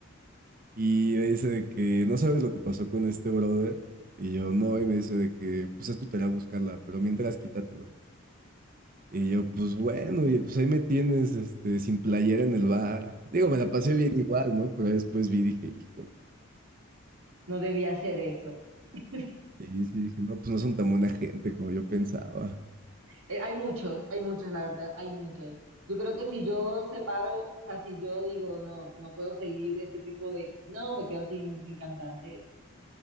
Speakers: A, on the right (about 40°); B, on the right (about 90°).
A: Y me dice de que no sabes lo que pasó con este brother. Y yo no, y me dice de que pues es tu tarea buscarla, pero mientras quítatelo. Y yo, pues bueno, y pues ahí me tienes este, sin playera en el bar. Digo, me la pasé bien igual, ¿no? Pero después vi y dije, híjole.
B: No debía hacer eso. <laughs>
A: Sí, sí, dije, no, pues no son tan buena gente como yo pensaba.
B: Eh, Hay muchos, hay muchos, la verdad, hay muchos. Yo creo que si yo separo, o sea, si yo digo, no, no puedo seguir este tipo de, no, me quedo sin, sin cantantes.